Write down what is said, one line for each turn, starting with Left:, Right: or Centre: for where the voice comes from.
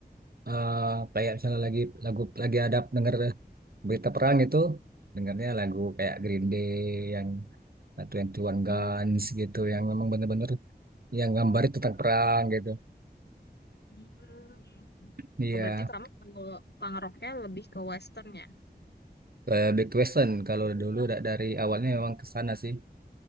Right: eh, kayak misalnya lagi lagu lagi ada dengar berita perang itu dengarnya lagu kayak Green Day yang Twenty One Guns
Left: Hmm.
Right: gitu yang memang bener-bener yang gambarnya tentang perang gitu.
Left: Hmm.
Right: Iya.
Left: Oh, berarti kamu kalau punk rocknya lebih ke western ya?
Right: eh, big question kalau dulu da- dari awalnya memang ke sana sih